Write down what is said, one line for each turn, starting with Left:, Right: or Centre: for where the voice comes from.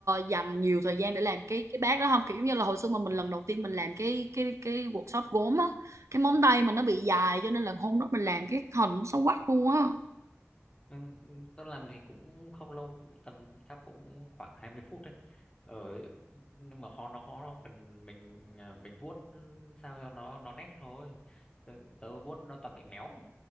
Right: dành nhiều thời gian để làm cái cái bát đó không kiểu như là hồi xưa mà mình lần đầu tiên mình làm cái cái cái workshop gốm á cái móng tay mình nó bị dài cho nên là hôm đó mình làm cái hình nó xấu quắc luôn á
Left: Ừ, ừ, tôi làm thì cũng không lâu cũng tầm chắc cũng khoảng 20 phút đấy ờ nhưng mà khó nó khó là phần mình à, mình vuốt ừ, sao cho nó nó nét thôi tớ, tớ vuốt nó toàn bị méo